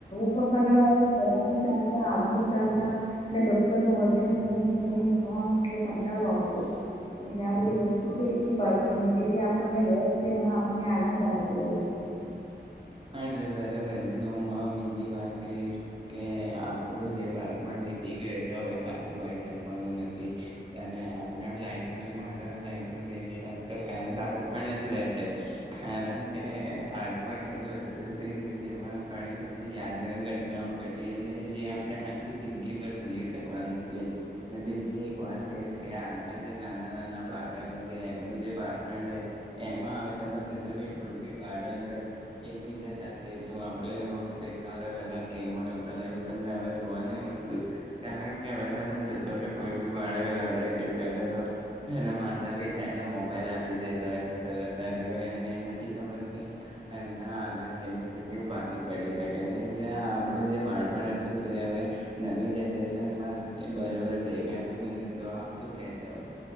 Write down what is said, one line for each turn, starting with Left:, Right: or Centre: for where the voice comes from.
Left: ભણવું પણ કંટાળો આવે જવાનું ચાલતા આવવાનું ચાલતા ને દફતર નું વજન ઓછું કરીને થવાનો એટલે કંટાળો આવતો એટલે આ બધી વસ્તુ કેવી છે. કે બાળપણને કે જે આપણને રસ છે એમાં આપણને આનંદ આવતો હોય.
Right: હા એટલે બરાબર. અને હું અ બીજી વાત કરીશ કે આપણું જે બાળપણ વીતી ગયું એ તો હવે પાછું આઈ શકવાનું નથી. અને આપના લાઈફન મારા લાઈફના બે <unintelligible> બાળપણ જ રહેશે કારણ કે બાળપણ એવી વસ્તુ છે કે જેમાં ઘણી બધી યાદગાર ઘટનાઓ ઘટી અને જે આપણે આખી જિંદગી ભર ભૂલી શકવાના નથી અને બીજી એક વાત કહીશ કે હાલના જે નાના નાના બાળકો છે એમનું જે બાળપણ છે એમાં હવે તમે જોશો કે કોઈ બી બાળક એકબીજા સાથે એટલું આપડે વખતે અલગ અલગ ગેમો રમતાને એવું તમને હવે જોવા નહી મળતું કારણ કે હવે તમે જોશો કે કોઈ બી બાળક લડે કે કરે તો એના માતા પિતા એને મોબાઈલ આપી દેતા હોય છે સરળતાથી પણ એમને એ નથી ખબર કે ના આગળ જઈને કેટલું ભારી પડી શકે છે એટલે આપડુ જે બાળપણ હતું તે હવે નવી જનરેશનમાં બરોબર દેખાતું નથી તો આપ શું કેશો